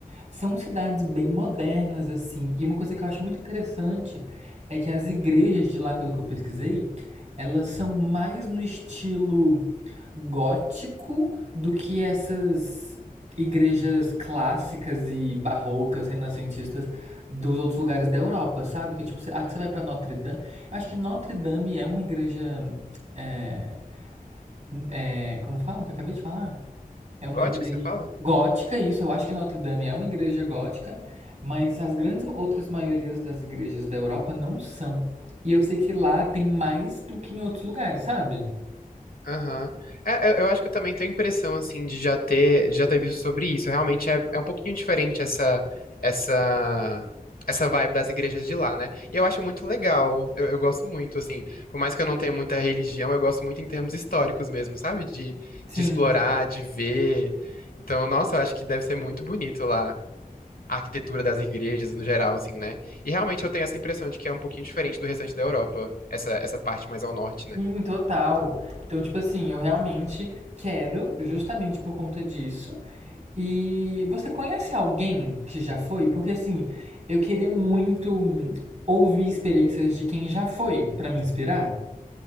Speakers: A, on the right; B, on the left.
A: são cidades bem modernas, assim. E uma coisa que eu acho muito interessante é que as igrejas de lá, pelo que eu pesquisei, elas são mais no estilo gótico do que essas igrejas clássicas e barrocas, renascentistas dos outros lugares da Europa, sabe? Que tipo, você, acho que você vai pra Notre Dame. Eu acho que Notre Dame é uma igreja. é, é, como fala? Que eu acabei de falar? É uma
B: Gótico,
A: igreja
B: você fala?
A: gótica, isso. Eu acho que Notre Dame é uma igreja gótica, mas as grandes outras maiorias das igrejas da Europa não são. E eu sei que lá tem mais do que em outros lugares, sabe?
B: Aham. É, eu eu acho que eu também tenho a impressão, assim, de já ter, de já ter visto sobre isso. Realmente é, é um pouquinho diferente essa, essa, essa vibe das igrejas de lá, né? E eu acho muito legal. Eu, eu gosto muito, assim. Por mais que eu não tenha muita religião, eu gosto muito em termos históricos mesmo, sabe? De,
A: Sim,
B: de explorar, de ver. Então, nossa, eu acho que deve ser muito bonito lá. A arquitetura das igrejas no geral, assim, né? E realmente eu tenho essa impressão de que é um pouquinho diferente do restante da Europa, essa, essa parte mais ao norte,
A: sim,
B: né?
A: total. Então, tipo assim, eu realmente quero, justamente por conta disso. E você conhece alguém que já foi? Porque assim, eu queria muito hum, ouvir experiências de quem já foi, pra me inspirar.